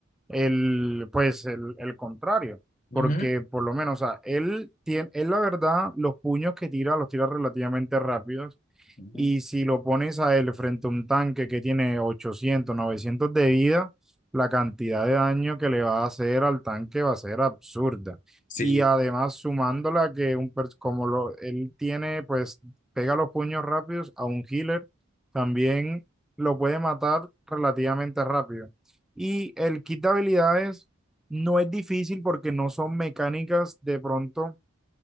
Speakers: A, in the centre; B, on the left.
A: el, pues el, el contrario,
B: Ujú.
A: porque por lo menos, o sea, él tiene, él la verdad, los puños que tira los tira relativamente rápidos
B: Ujú.
A: y si lo pones a él frente a un tanque que tiene 800 900 de vida, la cantidad de daño que le va a hacer al tanque va a ser absurda.
B: Sí,
A: Y además sumándola que un pers- como lo, él tiene, pues pega los puños rápidos a un healer, también lo puede matar relativamente rápido. Y el kit de habilidades no es difícil porque no son mecánicas de pronto